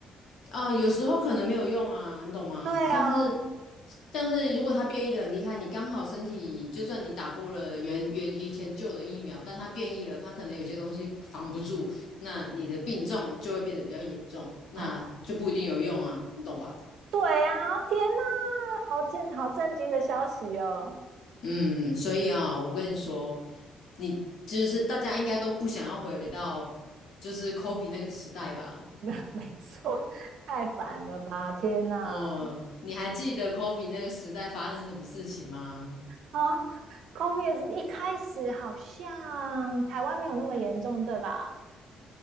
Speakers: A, on the left; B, on the right.
A: 呃，有时候可能没有用啊，你懂吗？
B: 对啊，
A: 像是像是如果它变异的很厉害，你刚好身体就算你打过了原原以前旧的疫苗，但它变异了，它可能有些东西防不住，那你的病症就会变得比较严重，那就不一定有用啊，
B: 哦，
A: 你懂吧？
B: 对啊，天哪，好震好震惊的消息哦！
A: 嗯，所以啊，我跟你说，你就是大家应该都不想要回到就是 Kobe 那个时代吧？
B: <laughs> 没错，太烦了吧！天哪，
A: 哦，你还记得 Kobe 那个时代发生什么事情吗？
B: 啊 c o m i 也 s 一开始好像台湾没有那么严重，对吧？